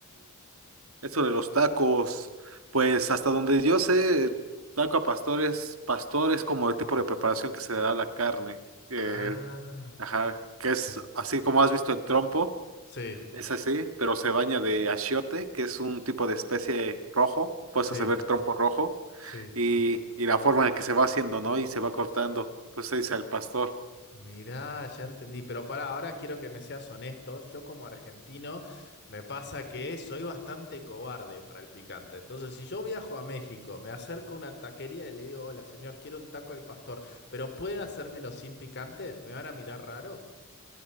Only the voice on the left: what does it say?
Ah.
Eh,
Sí,
sí,
sí.
Mirá, ya entendí, pero para ahora quiero que me seas honesto. Yo como argentino me pasa que soy bastante cobarde para el picante. Entonces, si yo viajo a México, me acerco a una taquería y le digo, hola señor, quiero un taco al pastor, pero ¿puede hacérmelo sin picante? ¿Me van a mirar raro?